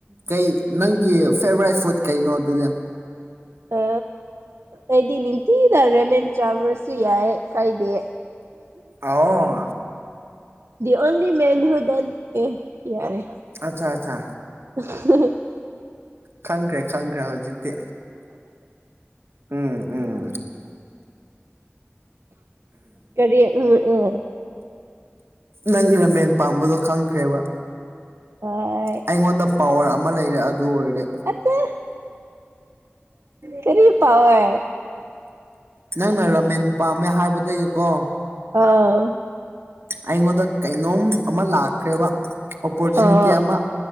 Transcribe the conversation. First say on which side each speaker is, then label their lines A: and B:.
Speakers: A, on the right; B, on the right.
A: ꯀꯩ ꯅꯪꯒꯤ ꯐꯦꯕꯣꯔꯥꯏꯠ ꯐꯨꯗ ꯀꯩꯅꯣ ꯑꯗꯨꯗꯤ
B: ꯑ ꯑꯩꯗꯤ ꯅꯤꯡꯊꯤꯅ ꯔꯦꯃꯦꯟ ꯇ꯭ꯔꯥꯕꯔꯁꯨ ꯌꯥꯏ ꯀꯥꯏꯗꯦ
A: ꯑꯥꯎꯝ
B: ꯑꯣꯟꯂꯤ ꯃꯦꯟꯗꯤ ꯍꯗ ꯑꯦ ꯌꯥꯔꯦ
A: ꯑꯆꯥ ꯑꯆꯥ
B: <unintelligible>
A: ꯈꯪꯈ꯭ꯔꯦ ꯈꯪꯈ꯭ꯔꯦ ꯍꯧꯖꯤꯛꯇꯤ ꯎꯝ ꯎꯝ꯫
B: ꯀꯔꯤ ꯎꯝ ꯎꯝ
A: ꯅꯪꯒꯤ ꯔꯃꯦꯟ ꯄꯥꯝꯕꯗꯣ ꯈꯪꯈ꯭ꯔꯦꯕ꯫
B: ꯍꯥꯏ
A: ꯑꯩꯉꯣꯟꯗ ꯄꯋꯥꯔ ꯑꯃ ꯂꯩꯔꯦ ꯑꯗꯨ ꯑꯣꯏꯔꯗꯤ
B: ꯑꯆ ꯀꯔꯤ ꯄꯋꯥ
A: ꯅꯪꯅ ꯔꯥꯃꯦꯟ ꯄꯥꯝꯃꯦ ꯍꯥꯏꯕꯗꯒꯤꯀꯣ
B: ꯑꯥꯎ
A: ꯑꯩꯉꯣꯟꯗ ꯀꯩꯅꯣꯝ ꯑꯃ ꯂꯥꯛꯈ꯭ꯔꯦꯕ ꯑꯣꯄꯣꯔꯆꯨꯅꯤꯇꯤ
B: ꯑꯥ
A: ꯑꯃ